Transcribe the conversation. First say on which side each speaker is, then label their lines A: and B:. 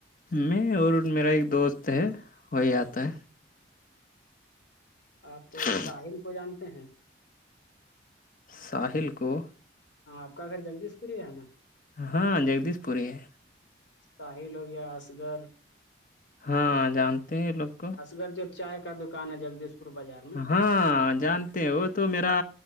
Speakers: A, on the left; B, on the left.
A: میں اور میرا ایک دوست ہے وہی آتا ہے
B: آپ
A: ہے
B: ساحل کو جانتے ہیں
A: ساحل کو
B: ہاں آپ کا گھر جگدیش پور ہی ہے نا
A: ہاں جگدیش پوری ہے
B: ساحل ہو گیا اصغر
A: ہاں جانتے ہیں لوگ کو
B: گھر جو چائے کا دکان ہے جگدیش پور بازار میں
A: ہاں جانتے ہیں وہ تو میرا